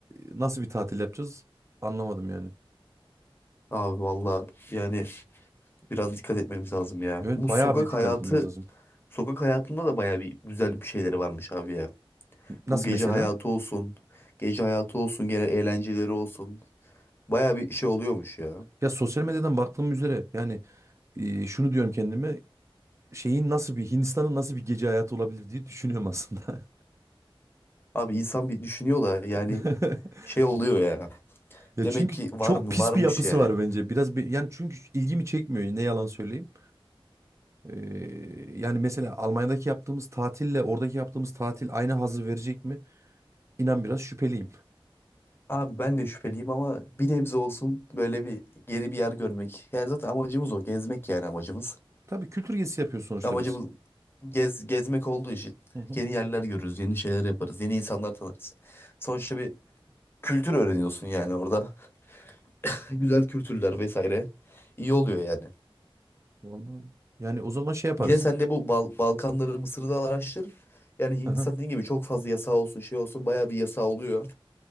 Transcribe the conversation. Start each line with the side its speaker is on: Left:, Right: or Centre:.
Right: e, nasıl bir tatil yapacağız? Anlamadım yani.
Left: Abi valla yani biraz dikkat etmemiz lazım ya.
Right: Evet
Left: Bu
Right: bayağı
Left: sokak
Right: bir dikkat
Left: hayatı,
Right: etmemiz lazım.
Left: sokak hayatında da baya bir güzel bir şeyleri varmış abi ya.
Right: Nasıl
Left: Bu gece
Right: mesela?
Left: hayatı olsun, gece hayatı olsun, genel eğlenceleri olsun. Baya bir şey oluyormuş ya.
Right: Ya sosyal medyadan baktığım üzere yani e, şunu diyorum kendime şeyin nasıl bir Hindistan'ın nasıl bir gece hayatı olabilir diye düşünüyorum aslında.
Left: Abi insan bir düşünüyor da yani
Right: <laughs>
Left: şey oluyor ya.
Right: Ya
Left: Demek
Right: çünkü
Left: ki var
Right: çok
Left: mı
Right: pis
Left: varmış
Right: bir yapısı
Left: yani.
Right: var bence. Biraz bir, yani çünkü ilgimi çekmiyor. Ne yalan söyleyeyim. Ee, yani mesela Almanya'daki yaptığımız tatille oradaki yaptığımız tatil aynı hazzı verecek mi? İnan biraz şüpheliyim.
Left: Abi ben de şüpheliyim ama bir nebze olsun böyle bir geri bir yer görmek. Yani zaten amacımız o. Gezmek yani amacımız.
Right: Tabii kültür gezisi yapıyoruz sonuçta
Left: Amacımız
Right: biz.
Left: gez, gezmek olduğu için
Right: Hı hı.
Left: yeni yerler görürüz, yeni şeyler yaparız, yeni insanlar tanırız. Sonuçta bir kültür öğreniyorsun yani orada. <laughs> Güzel kültürler vesaire. İyi oluyor yani.
Right: Vallahi. Yani o zaman şey yaparız.
Left: Yine sen de bu Bal- Balkanları, Mısır'ı da araştır. Yani Hindistan
Right: Aha.
Left: dediğin gibi çok fazla yasağı olsun, şey olsun bayağı bir yasağı oluyor.